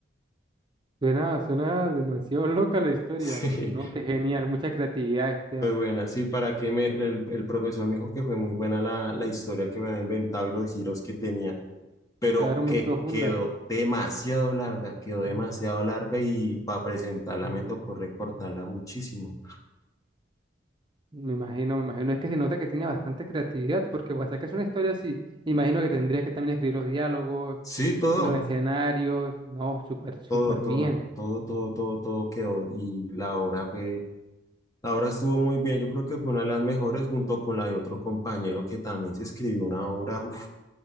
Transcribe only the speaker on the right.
suena, suena demasiado <laughs> loca la historia,
¿no? Qué genial, mucha creatividad, Esteban.
Claro, muy
profunda.
Me imagino, me imagino. Es que se nota que tiene bastante creatividad, porque para sacar una historia así, imagino que tendrías que también escribir los diálogos,
eh, los escenarios, no, súper, súper
bien.